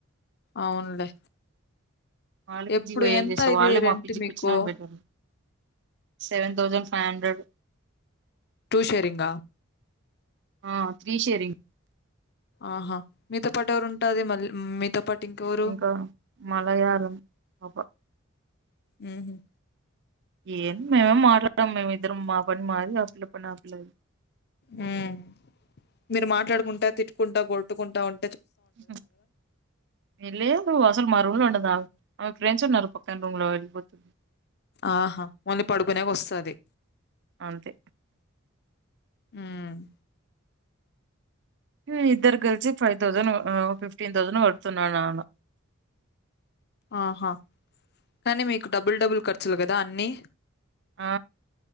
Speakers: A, on the left; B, on the right.
A: అవునులే
B: వాళ్ళు పిజ్జి
A: ఎప్పుడు
B: పోం
A: ఎంత
B: చేసా
A: ఇది
B: వాళ్ళు
A: రెంట్
B: మా పిజ్జి
A: మీకు
B: కూర్చుినబటారు seven thousand five hundred
A: two sharing
B: ఆ త్రీ షేరింగ్
A: ఆహా మీతో పాటు ఎవరు ఉంటుది మళ్ళీ మీతో పాటు ఇంకెవరు
B: ఇంకా మలయాళం పాప
A: మ్మ్ హ్మ్
B: ఏం మేమేం మాట్లాడం మేమి ఇద్దరం మా పని మాది ఆ పిల్ల పని ఆ పిల్లది
A: మ్మ్ మీరు మాట్లాడుకుంటా తిట్టుకుంటా కొట్టుకుంటా ఉం
B: మ్మ్ హ్మ్ లేదు అసలు మా రూమ్ లో ఉండదా ఆమె ఫ్రెండ్స్ వున్నారు పక్కన రూమ్ లో వెళ్లిపోతుంది
A: ఆహా ఓన్లీ పడుకునేకి వస్సాది
B: అంతే
A: హ్మ్
B: ఈ ఇద్దరు కలిసి ఫైవ్ థౌజండ్ ఆ ఫిఫ్టీన్ థౌజండ్ కడుతున్నాడు నాన్న.
A: ఆహా కానీ మీకు డబుల్ డబుల్ ఖర్చులు కదా అన్నీ
B: ఆ